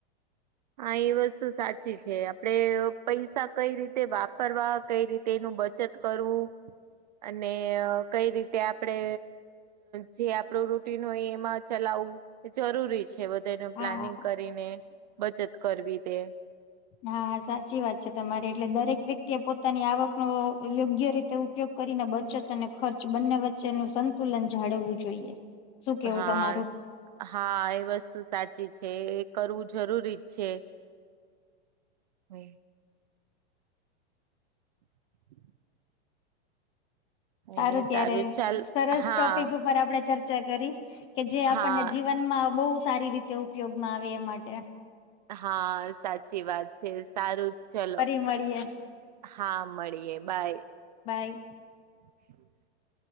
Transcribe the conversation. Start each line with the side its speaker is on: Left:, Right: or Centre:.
Right: હા એ વસ્તુ સાચી છે આપડે પૈસા કઈ રીતે વાપરવા કઈ રીતે તેનું બચત કરવું અને કઈ રીતે આપડે જે આપડું રૂટીન હોય એમાં ચલાવવું જરૂરી છે વધે
Left: હા
Right: પ્લાનિંગ કરીને બચત કરવી તે
Left: હા સાચી વાત છે તમારી એટલે દરેક વ્યક્તિ એ પોતાની આવક ન યોગ્ય રીતે ઉપયોગ કરીને બચત અને ખર્ચ બંને વચ્ચેનું સંતુલન જાળવવું જોઈએ શું કેવું
Right: હા
Left: તમારું
Right: હા એ વસ્તુ સાચી છે એ કરવું જરૂરી જ છે હમ્મ <inaudible>
Left: સારું
Right: એને
Left: ત્યારે
Right: ચાલ
Left: સરસ
Right: હા
Left: ટોપિક ઉપર આપડે ચર્ચા કરી કે જે આપણને
Right: હા
Left: જીવનમાં બહુ સારી રીતે ઉપયોગમાં આવે એ માટે
Right: હા સાચી વાત છે સારું ચલો
Left: મડીએ
Right: હા મળીએ બાય
Left: બાય
Right: <inaudible>